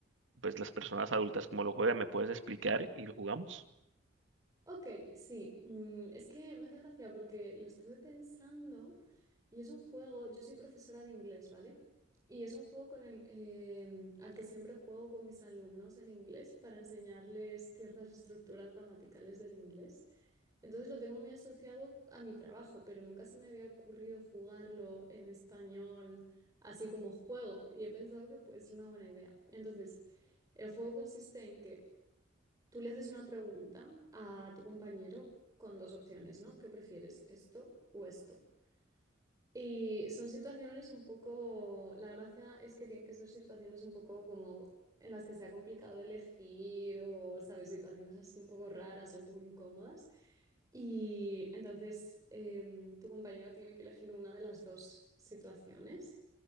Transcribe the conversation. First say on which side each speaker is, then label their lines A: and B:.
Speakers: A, on the right (about 75°); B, on the right (about 20°).
A: pues las personas adultas como lo juegan. ¿Me puedes explicar y lo jugamos?
B: Ok, sí, mm, es que me hace gracia porque lo estuve pensando y es un juego, yo soy profesora de inglés, ¿vale? Y es un juego con el, em, al que siempre juego con mis alumnos en inglés para enseñarles ciertas estructuras gramaticales del inglés. Entonces lo tengo muy asociado a mi trabajo, pero nunca se me había ocurrido jugarlo en español así como juego y he pensado que puede ser una buena idea. Entonces, el juego consiste en que... Tú le haces una pregunta a tu compañero con dos opciones, ¿no? ¿Qué prefieres, esto o esto? Y son situaciones un poco, la gracia es que tienen que ser situaciones un poco como en las que sea complicado elegir o, ¿sabes? Situaciones así un poco raras o un poco incómodas. Y entonces em, tu compañero tiene que elegir una de las dos situaciones